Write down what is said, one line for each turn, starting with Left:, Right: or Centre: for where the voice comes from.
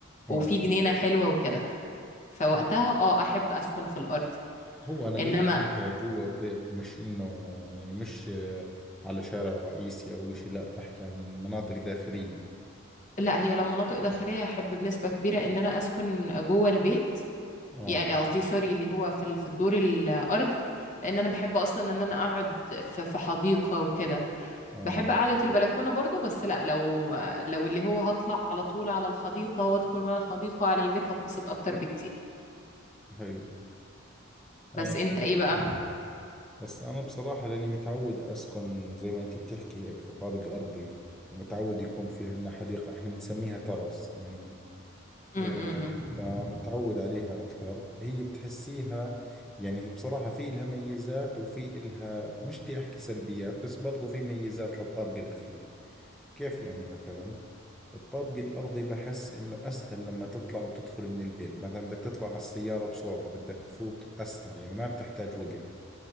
Centre: آه
Left: وفي جنينة حلوة وكده فوقتها
Centre: حلو
Left: اه أحب أسكن في الأرض
Centre: هو أنا
Left: إنما
Centre: قصدي هيك جوا بيت مش إنه يعني مش آه، على شارع رئيسي أو إشي لا بحكي عن مناطق داخلية
Left: لا هي لو مناطق داخلية أحب بنسبة كبيرة إن أنا أسكن جوه البيت
Centre: آه
Left: يعني قصدي سوري اللي هو في ال- في الدور الأرضي لأن أنا بحب أصلا إن أنا أقعد في في حديقة وكده
Centre: آه
Left: بحب قعدة البلكونة برضو بس لأ لو لو اللي هو هطلع على طول على الحديقة وأدخل من الحديقة على البيت هتبسط أكتر بكتير
Centre: حلو أنا
Left: بس أنت إيه بقى؟
Centre: آه بس أنا بصراحة لأني متعود أسكن زي ما أنتي بتحكي هيك في طابق أرضي ومتعود يكون في عندنا حديقة إحنا بنسميها ترس يعني
Left: م
Centre: إيه،
Left: -م -م.
Centre: فمتعود عليها أكثر هي بتحسيها يعني بصراحة في إلها ميزات وفي إلها مش بدي أحكي سلبيات بس برضو في ميزات للطابق الأخير كيف يعني مثلا الطابق الأرضي بحس إنه أسهل لما تطلع وتدخل من البيت مثلا بدك تطلع على السيارة بسرعة بدك تفوت أسرع يعني ما بتحتاج وقت